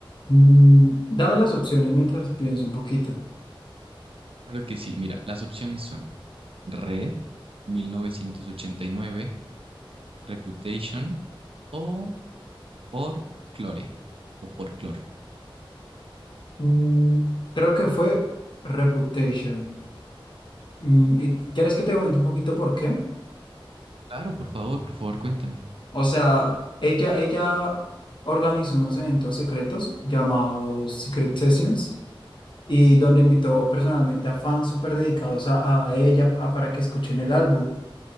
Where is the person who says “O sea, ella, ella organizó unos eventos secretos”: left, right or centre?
Left